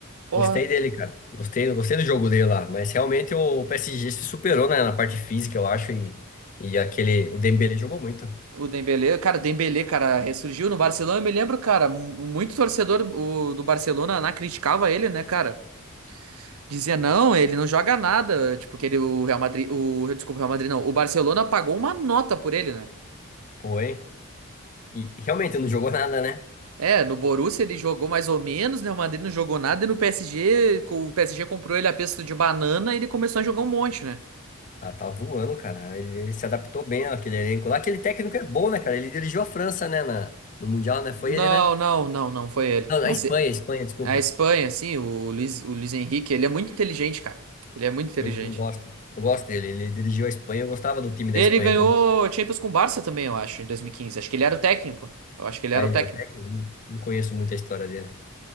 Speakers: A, on the right (about 80°); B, on the left (about 35°).
A: Porra,
B: Gostei dele, cara. Gostei, gostei do jogo dele lá. Mas realmente o PSG se superou, né, na parte física, eu acho. E, e aquele. O Dembélé jogou muito.
A: o Dembélé, cara, Dembélé, cara, ressurgiu no Barcelona, eu me lembro, cara, mu- muito torcedor o- do Barcelona lá criticava ele, né, cara? Dizia, não, ele não joga nada, tipo, que ele, o Real Madrid, o, desculpa, o Real Madrid não, o Barcelona pagou uma nota por ele, né?
B: Foi. E realmente não jogou nada, né?
A: É, no Borussia ele jogou mais ou menos, né? O Madrid não jogou nada, e no PSG, co- o PSG comprou ele a preço de banana e ele começou a jogar um monte, né?
B: Tá, tá voando, cara. Ele, ele se adaptou bem àquele elenco lá. Aquele técnico é bom, né, cara? Ele dirigiu a França, né, na, no Mundial, né? Foi
A: Não,
B: ele, né?
A: não, não, não foi ele.
B: Não,
A: Mas
B: a Espanha,
A: e-
B: a Espanha, desculpa.
A: a Espanha, assim, o Luiz, o Luiz Henrique, ele é muito inteligente, cara. Ele é muito inteligente.
B: Eu, eu gosto. Eu gosto dele. Ele dirigiu a Espanha. Eu gostava do time da
A: Ele
B: Espanha
A: ganhou
B: quando.
A: Champions com o Barça também, eu acho, em 2015. Acho que ele era o técnico. Eu acho que ele
B: Ah,
A: era o
B: ele
A: técnico.
B: era técnico? Não não conheço muito a história dele.